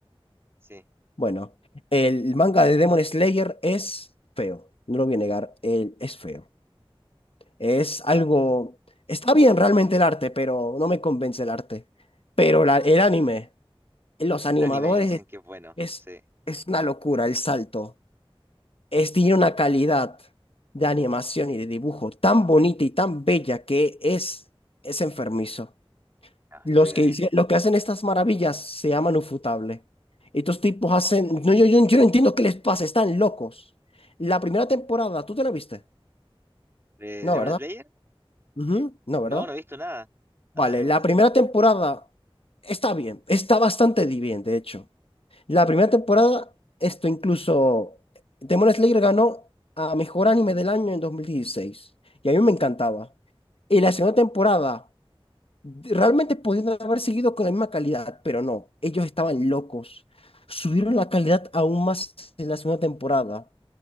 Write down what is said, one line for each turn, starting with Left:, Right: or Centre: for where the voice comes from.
Right: Sí.
Left: Bueno, el manga de Demon Slayer es feo, no lo voy a negar, él es feo. Es algo... Está bien realmente el arte, pero no me convence el arte. Pero la- el anime, los animadores,
Right: El anime dicen que es bueno.
Left: es,
Right: Sí.
Left: es una locura el salto. es, tiene una calidad de animación y de dibujo tan bonita y tan bella que es, es enfermizo.
Right: Ah,
Left: Los
Right: lo voy a
Left: que,
Right: ver.
Left: hici- los que hacen estas maravillas se llaman Ufotable. Estos tipos hacen... No, yo, yo, yo no entiendo qué les pasa, están locos. La primera temporada, ¿tú te la viste?
Right: ¿De
Left: No,
Right: Demon
Left: ¿verdad?
Right: Slayer?
Left: Ujú, No,
Right: No,
Left: ¿verdad?
Right: no he visto nada.
Left: Vale,
Right: Ah, Demon
Left: la
Right: Slayer.
Left: primera temporada está bien, está bastante bien, de hecho. La primera temporada, esto incluso, Demon Slayer ganó a Mejor Anime del Año en 2016 y a mí me encantaba. Y la segunda temporada, realmente podían haber seguido con la misma calidad, pero no, ellos estaban locos. Subieron la calidad aún más en la segunda temporada